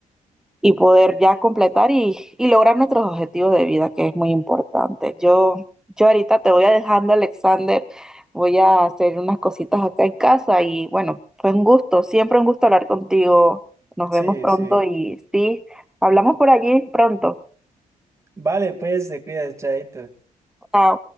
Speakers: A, in the centre; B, on the right.
A: y poder ya completar y, y lograr nuestros objetivos de vida, que es muy importante. Yo, yo ahorita te voy a dejando, Alexander. Voy a hacer unas cositas acá en casa y bueno, fue un gusto, siempre un gusto hablar contigo. Nos vemos
B: Sí,
A: pronto
B: sí.
A: y sí, hablamos por allí pronto.
B: Vale, pues, te cuidas, chaito.
A: Chao.